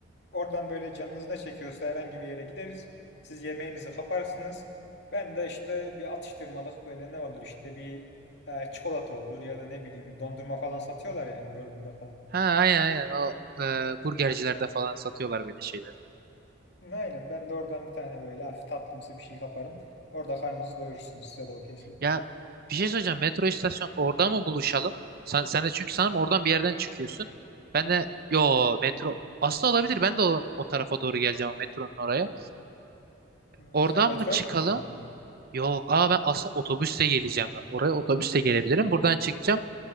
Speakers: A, on the left (about 60°); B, on the right (about 50°).
A: Oradan böyle canınız ne çekiyorsa herhangi bir yere gideriz. Siz yemeğinizi kaparsınız. Ben de işte bir atıştırmalık böyle ne olur işte bir e, çikolata olur ya da ne bileyim dondurma falan satıyorlar yani burgerda falan.
B: Ha aynen aynen o e, burgercilerde falan satıyorlar böyle şeyler.
A: Aynen ben de oradan bir tane böyle hafif tatlımsı bir şey kaparım. Orada karnınızı doyurursunuz size de okeyse.
B: Ya bir şey söyleyeceğim. Metro istasyon orada mı buluşalım? Sen, sen de çünkü sanırım oradan bir yerden çıkıyorsun. Ben de yo metro aslında olabilir. Ben de o, o tarafa doğru geleceğim metronun oraya.
A: Hmm,
B: Oradan
A: sen metroyla
B: mı çıkalım?
A: mı gidiyorsun?
B: Yok. Aa ben aslında otobüsle geleceğim. Ya. Oraya otobüsle gelebilirim. Buradan çıkacağım.